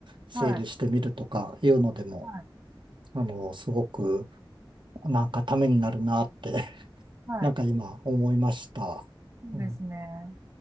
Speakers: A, on the right (about 70°); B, on the right (about 35°).
A: 整理してみるとかいうのでも、
B: はい。はい。
A: あの、すごく、なんかためになるなって、<laughs>
B: はい。
A: なんか今思いました。
B: そうですね。
A: うん